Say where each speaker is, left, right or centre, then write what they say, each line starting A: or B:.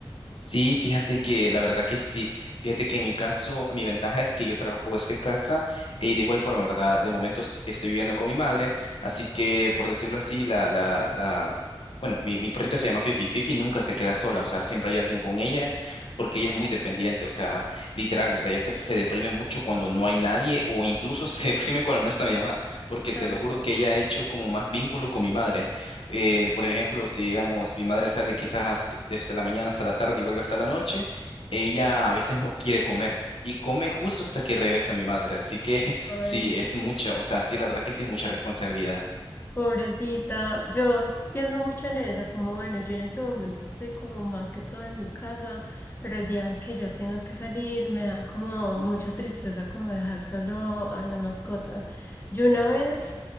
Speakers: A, on the left; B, on the left.
A: Sí, fíjate que la verdad que sí. Fíjate que en mi caso, mi ventaja es que yo trabajo desde casa y de igual forma, ¿verdad? De momento s- estoy viviendo con mi madre, así que por decirlo así, la, la, la, bueno, mi, mi perrita se llama Fifi. Fifi nunca se queda sola, o sea, siempre hay alguien con ella porque ella es muy dependiente, o sea, literal, o sea, ella se, se deprime mucho cuando no hay nadie o incluso <laughs> se deprime cuando no está mi mamá, porque
B: Ah,
A: te lo juro que ella ha hecho como más vínculo con mi madre. Eh, por ejemplo, si digamos mi madre sale quizás hasta- desde la mañana hasta la tarde y vuelve hasta la noche, ella a veces no quiere comer y come justo hasta que regresa mi madre. Así que <laughs>
B: ay.
A: sí, es mucha, o sea, sí, la verdad que sí es mucha responsabilidad.
B: Pobrecita, yo s- pienso mucho en eso, como bueno, yo en ese momento estoy como más que todo en mi casa, pero el día en que yo tenga que salir me da como mucha tristeza como dejar solo a la mascota. Yo una vez